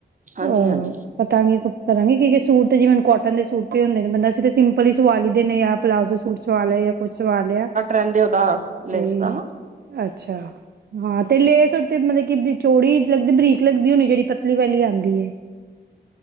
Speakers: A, on the right; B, on the right.
A: ਹਾਂਜੀ
B: ਹੋਰ
A: ਹਾਂਜੀ
B: ਪਤਾਂ ਵੀ ਕੁ ਕਰਾਂਗੀ ਕਿ ਸੂਟ ਤੇ ਜਿਵੇਂ ਹੁਨ ਕੋਟਨ ਦੇ ਸੁਟ ਪਏ ਹੁੰਦੇ ਨੇ ਬੰਦਾ ਕਿਤੇ ਸਿੰਪਲ ਈ ਸਵਾ ਲਈਦੇ ਨੇ ਯਾ ਪਲਾਜ਼ੋ ਸੂਟ ਸਵਾ ਲਿਆ ਯਾ ਕੁਛ ਸਵਾ ਲਿਆ।
A: ਪੰਦੇ ਦਾ
B: ਤੇ
A: ਨਾ
B: ਅੱਛਾ, ਹਾਂ ਤੇ ਲੇਸ ਤੇ ਮਤਲਬ ਕਿ ਬੀ ਚੌੜੀ ਲੱਗਦੀ ਬਰੀਕ ਲੱਗਦੀ ਹੋਣੀ ਜੇੜੀ ਪਤਲੀ ਵਾਲੀ ਆੰਦੀ ਏ।